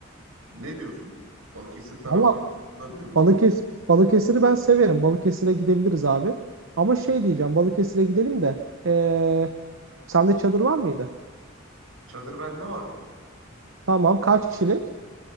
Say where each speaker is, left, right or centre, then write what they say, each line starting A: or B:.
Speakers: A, on the right (about 85°); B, on the right (about 65°).
A: Ne diyorsun? Balıkesir taraflarında
B: Valla
A: yapılabilir mi?
B: Balıkes Balıkesir'i ben severim. Balıkesir'e gidebiliriz abi. Ama şey diyeceğim Balıkesir'e gidelim de ee, sende çadır var mıydı?
A: Çadır bende var.
B: Tamam kaç kişilik?